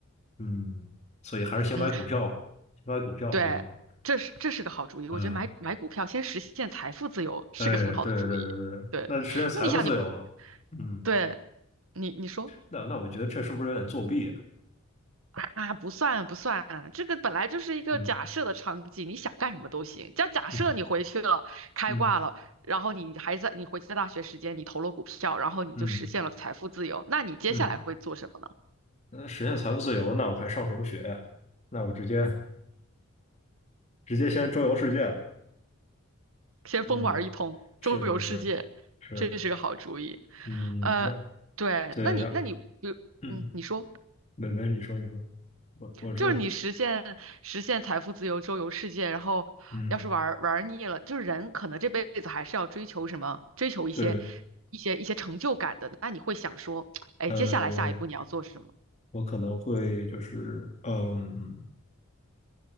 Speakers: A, on the left; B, on the right.
A: 嗯，所以还是先买股票吧，
B: 嗯，
A: 先买股票比较好，
B: 对，这是这是个好主意，
A: 嗯，
B: 我觉得买买股票先实现财富自由是个很好的主意。
A: 哎，对对对对对那实现财富自由了，
B: 对，那你想你，
A: 嗯，
B: 对你你说
A: 那那我觉得这是不是有点作弊啊
B: 啊，不算不算，这个本来就是一个假设的场景，
A: 嗯
B: 你想干什么都行。假假设你回去了，
A: 嗯
B: 开挂了，
A: <laughs> 嗯
B: 然后你还在你回去在大学时间，你投了股票，然后你就实现了财富自由，
A: 嗯
B: 那你接下来会做什么呢？
A: 嗯。那实现财富自由，那我还上什么学呀？那我直接直接先周游世界了。
B: 先疯玩一通，
A: 嗯，是是是是，
B: 周游世界，这是个好主意。
A: 嗯，
B: 呃，
A: 那
B: 对，
A: 对，
B: 那你那你比如嗯，
A: 然后嗯，
B: 你说
A: 美美，你说你说，我我是
B: 就是你实现实现财富自由、周游世界，然后要是玩儿玩儿腻了，
A: 嗯
B: 就是人可能这辈子还是要追求什么，追求一些
A: 对，
B: 一些一些成就感的。那你会想说，哎，
A: 呃，
B: 接下来下一步你要做什么？
A: 我可能会就是嗯